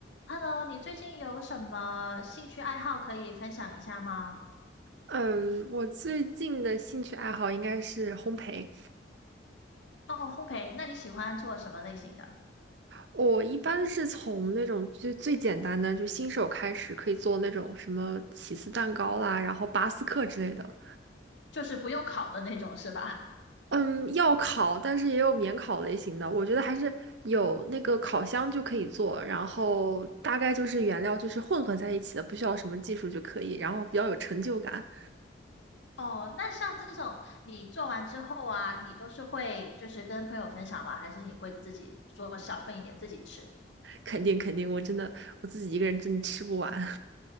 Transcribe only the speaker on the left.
Hello，你最近有什么兴趣爱好可以分享一下吗？
哦，烘焙，那你喜欢做什么类型的？
就是不用烤的那种，是吧？
<laughs> 哦，那像这种你做完之后啊，你都是会就是跟朋友分享吗？还是你会自己做小份一点自己吃？